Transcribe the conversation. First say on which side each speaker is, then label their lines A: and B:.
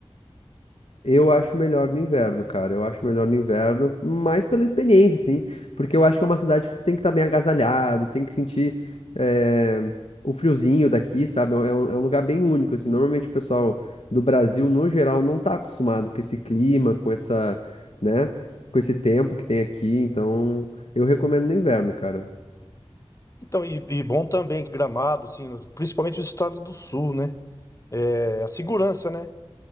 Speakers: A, on the left; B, on the left.
A: Eu acho melhor no inverno, cara. Eu acho melhor no inverno, mais pela experiência, sim. Porque eu acho que é uma cidade que tu tem que estar bem agasalhado, tem que sentir eh, o friozinho daqui, sabe? É um, é um- é um lugar bem único, assim. Normalmente o pessoal do Brasil, no geral, não tá acostumado com esse clima, com essa, né? Com esse tempo que tem aqui. Então, eu recomendo no inverno, cara.
B: Então, e, e bom também que Gramado, assim, no- principalmente os estados do sul, né? É, a segurança, né?